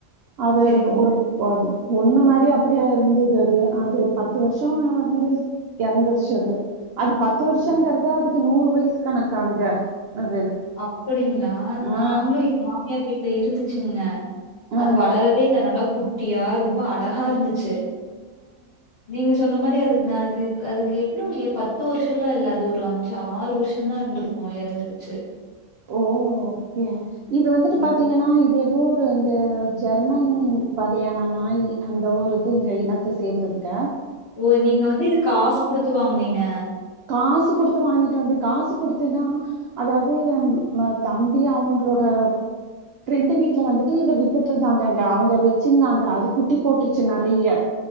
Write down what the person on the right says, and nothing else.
அது
ஒரு ஒரு பொண்ணு மாரி அப்டியே இருந்தது அது அது பத்து வருஷோ இருந்து எறந்தருச்சு அது அது பத்து பத்து வருஷங்கறது
அதுக்கு நூறு வயசு கணக்காங்க அது
ஆ
ஆ
ஓ ஓகே இது வந்துட்டு
பாத்தீங்கன்னா இது ஊர் அந்த ஜெர்மன் வகையான நாய் அந்த ஊர் இது இங்க இனத் த சேர்ந்ததுக
காசு குடுத்து வாங்கிட்டு வந்து காசு குடுத்துதா அதாவது தம்பி அவங்களோட ஃப்ரெண்டு வீட்ல வந்துட்டு இத வித்துட்டு இருந்தாங்க அங்க அவங்க வச்சிந்தாங்க அது குட்டி போட்டுச்சு நறைய